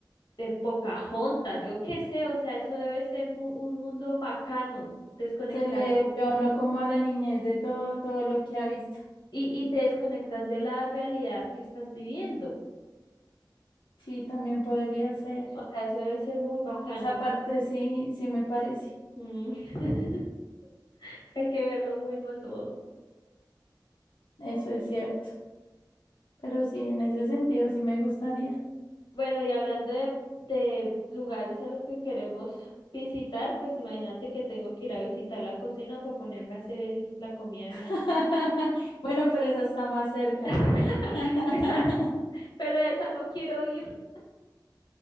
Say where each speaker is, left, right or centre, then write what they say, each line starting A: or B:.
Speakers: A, on the left; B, on the left.
A: de Pocahontas, yo qué sé, o sea, eso debe ser mu- un mundo bacano, desconectarse
B: Se le ve a uno como a la niñez de todo, todo lo que ha visto.
A: y, y te desconectas de la realidad que estás viviendo.
B: Sí, también podría ser.
A: O sea, eso debe ser muy bacano.
B: Por esa parte sí, sí me parece.
A: Mm. <laughs> Es que hay que ver lo bueno a todo.
B: Eso es cierto. Pero sí, en ese sentido sí me gustaría.
A: Bueno, y hablando de, de lugares a los que queremos visitar, pues imagínate que tengo que ir a visitar la cocina para ponerme a hacer el, la comida de
B: <laughs>
A: mañana.
B: Bueno, pero esa está más cerca.
A: <laughs>
B: <laughs>
A: Esa, pero esa no quiero ir.